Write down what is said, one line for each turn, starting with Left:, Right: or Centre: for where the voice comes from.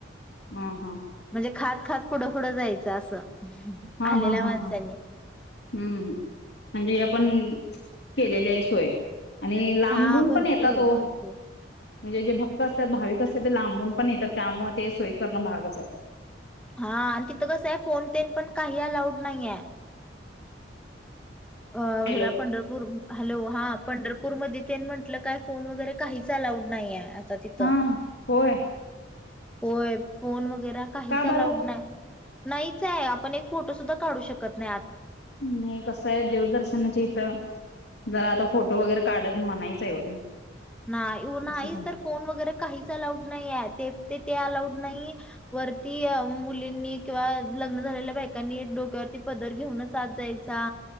Left: हा हा
Centre: म्हणजे खात खा त पुढं पुढं जायचं असं
Left: हा
Centre: आलेल्या
Left: हा हा
Centre: माणसांनी
Left: हा हम्म म्हणजे आपण केलेली आहे सोय. आणि लांबून
Centre: हा भरपूर
Left: पण येतात ओ
Centre: भरपूर
Left: म्हणजे जे भक्त अस भाविक असते ते लांबून पण येतात त्यामुळे ते सोयी करणं भागचं आहे.
Centre: हा आणि तिथं कसंयं फोन तेन पण काही अलाऊड नाहीये. अ
Left: हॅलो
Centre: हला पंढरपूर हॅलो हा पंढरपूरमध्ये म्हटलं काय फोन वगैरे काहीच अलाउड नाहीये. आता तिथं.
Left: हा होय.
Centre: होय फोन वगैरा काहीच
Left: का बरं?
Centre: अलाउड ना नाहीच आहे आपण एक फोटोसुद्धा काढू शकत नाही आत
Left: नाही कसं आहे देवदर्शनाच्या इथं जरा आता फोटो वगैरे काढायच मनाईच आहे ओ ते.
Centre: नाही नाही
Left: असं पण
Centre: तर फोन वगैरे काहीच अलाउड नाही आहे अलाउड नाही वरती मुलींनी किंवा लग्न झालेल्या बायकांनी डोक्यावरती पदर घेऊनच आत जायचा